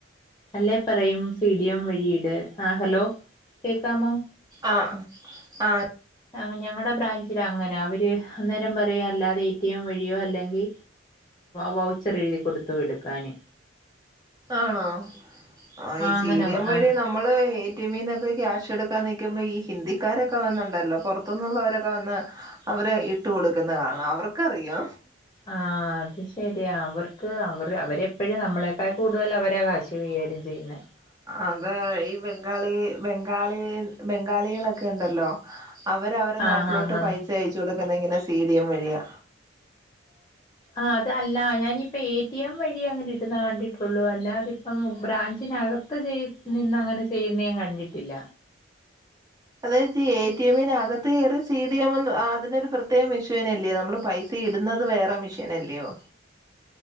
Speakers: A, on the left (about 20°); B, on the right (about 20°).
A: അല്ലേ പറയും സിഡി എം വഴിയിട് ആ ഹലോ കേക്കാമോ
B: ആഹ് ആ ആഹ്
A: ആ ഞങ്ങടെ ബ്രാഞ്ചിലങ്ങന അവര് അന്നേരം പറയാ അല്ലാതെ എടി എം വഴിയോ അല്ലെങ്കി വ ച്ചെരെഴുതി കൊടുത്തു ഇട്ക്കാന്
B: ആണോ ആ ഈ സീഡിയം
A: അങ്ങനെ
B: വഴി
A: ആ
B: നമ്മള് ടി മ്മ്ന്നൊക്കെ ക്യാഷ് എടുക്കാൻ നിക്കുമ്പോ ഈ ഹിന്ദിക്കാരൊക്കെ വന്നുണ്ടല്ലോ പൊർത്തുനിന്നുള്ളവരൊക്കെ വന്ന് അവരെ ഇട്ട് കൊടുക്കുന്ന കാണാം അവർക്കറിയാ
A: ആ അത് ശെരിയാ അവർക്ക് അവർ അവരെപ്പഴും നമ്മളെ <unintelligible> കൂടുതൽ അവരാ കാ ഷ് കൈകാര്യം ചെയ്യുന്നെ
B: അത് ആ ഈ ബംഗാളി ബംഗാളി ബംഗാളികളൊക്കെ ണ്ടല്ലോ അവര് അവരെ നാട്ടിലോട്ട്
A: ആഹ് ആഹ് ആഹ്
B: പൈസയച്ച് കൊട് പ്പ തെങ്ങനെ സീഡിയം വഴിയാ
A: ആഹ് അത് അല്ല ഞാനിപ്പോ എ ടിഎം വഴി അങ്ങനെ ഇടുന്ന കണ്ടിട്ടുള്ളൂ അല്ല അതിപ്പം ബ്രാഞ്ച് ത്തിന് അകത്ത് ചെയ് നിന്നങ്ങനെ ചെയ്യുന്ന ഞാൻ കണ്ടിട്ടില്ല
B: അതായത് എടിഎമ്മിനകത്ത് കയറി സിഡിഎം അതിനൊരു പ്രത്യേക മെഷീനല്ലയോ നമ്മള് പൈസ ഇടുന്നത് വേറെ മെഷീനല്ലയോ